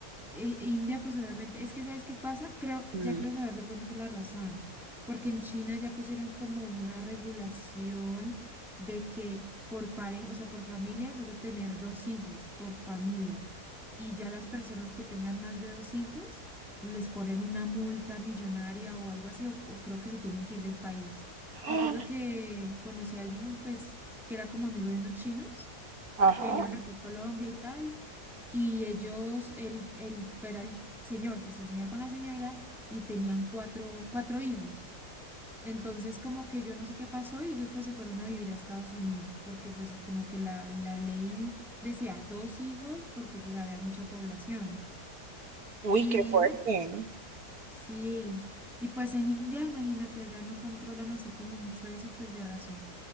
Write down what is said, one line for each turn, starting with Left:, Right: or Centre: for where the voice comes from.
Centre: E- e India, pues obviamente, es que ¿sabes qué pasa? Creo,
Right: Mm.
Centre: ya creo saber de pronto por la razón, porque en China ya pusieron como una regulación de que por pareja, o sea, por familia, solo tener dos hijos, por familia, y ya las personas que tengan más de dos hijos les ponen una multa millonaria o algo así, o, o creo que se tienen que ir del país.
Right: ¡Ah!
Centre: Me acuerdo que conocí a alguien, pues, que era como amigo de unos chinos
Right: Ajá.
Centre: que vinieron aquí a Colombia y tal y ellos, él, él era el señor, pues el señor con la señora, y tenían cuatro, cuatro hijos. Entonces, como que yo no sé qué pasó y ellos pues se fueron a vivir a Estados Unidos, porque pues como que la, la ley decía dos hijos, porque pues había mucha población.
Right: Uy,
Centre: Y
Right: qué fuerte.
Centre: bueno, sí. Y pues en India, imagínate, allá no controlan así como mucho eso, pues de razón.